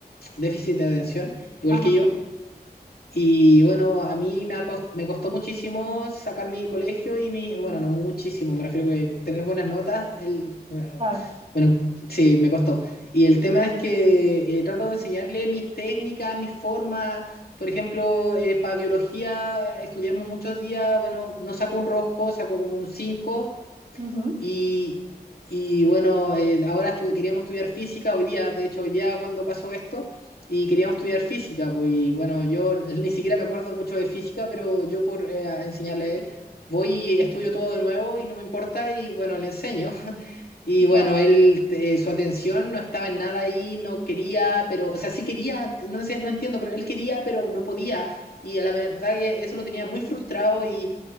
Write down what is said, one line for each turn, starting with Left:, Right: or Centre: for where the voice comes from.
Left: déficit de atención, igual
Right: Ajá,
Left: que yo, y bueno, a mí me, ha cos- me costó muchísimo sacar mi colegio y mi, bueno, no muchísimo, me refiero que tener buenas notas, el,
Right: claro.
Left: bueno, sí, me costó. Y el tema es que eh, trato de enseñarle mis técnicas, mis formas. Por ejemplo, eh, para biología eh, estudiamos muchos días, bueno, no saco un rojo, saco como un 5
Right: Ujú.
Left: y, y bueno, eh, ahora estu- queríamos estudiar física hoy día, de hecho hoy día cuando pasó esto, y queríamos estudiar física, pues y bueno, yo <laughs> ni siquiera me acuerdo mucho de física, pero yo por eh, enseñarle a él, voy y estudio todo de nuevo y no me importa y bueno, le enseño. Y
Right: Ya,
Left: bueno, él, eh, su atención no estaba en nada ahí, no quería, pero, o sea, sí quería, no sé, no entiendo, pero él quería, pero no podía. Y a la verdad que eso lo tenía muy frustrado y